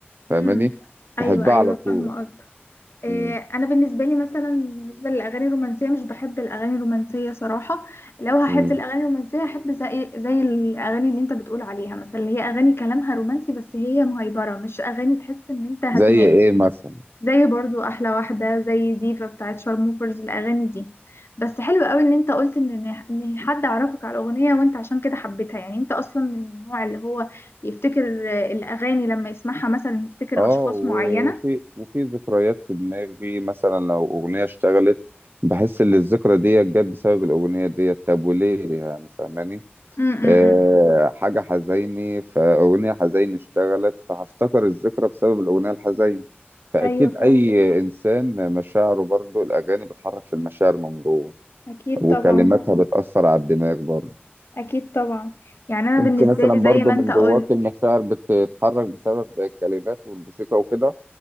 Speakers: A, on the right; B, on the left.
A: فاهماني
B: امم ايوه
A: تحبها
B: ايوه
A: على طول
B: فاهمه قصدك آه،
A: مم.
B: انا بالنسبه لي مثلا بالنسبه للاغاني الرومانسيه مش بحب الاغاني الرومانسيه صراحه لو هحب
A: مم.
B: الاغاني الرومانسيه هحب زي زي الاغاني اللي انت بتقول عليها مثلا اللي هي اغاني كلامها رومانسي بس هي مهيبره مش اغاني تحس ان انت هتنام
A: زي إيه مثلا
B: زي برضو احلى واحده زي ديفا بتاعت شارموفرز الاغاني دي بس حلو قوي ان انت قلت ان ان إن حد عرفك على الاغنيه وانت عشان كده حبيتها يعني انت اصلا من النوع اللي هو بيفتكر آه، الاغاني لما يسمعها مثلا يفتكر
A: اه
B: اشخاص
A: و-
B: معينه
A: وفي وفي ذكريات في دماغي مثلا لو أغنية اشتغلت بحس إن الذكرى ديت جت بسبب الأغنية ديت طب وليه يعني فاهماني
B: امم
A: آه حاجة حزيني فأغنية حزيني اشتغلت فهفتكر الذكرى بسبب الأغنية الحزيني فأكيد
B: ايوه
A: أي
B: صح
A: إنسان مشاعره برضو الأغاني بتحرك في المشاعر من جوه
B: أكيد
A: وكلماتها
B: طبعا
A: بتأثر على الدماغ برضو
B: أكيد طبعا يعني أنا
A: أنت
B: بالنسبة
A: مثلا
B: لي
A: برضو
B: زي ما
A: من
B: أنت قلت
A: جواك المشاعر بتتحرك بسبب الكلمات والموسيقى وكده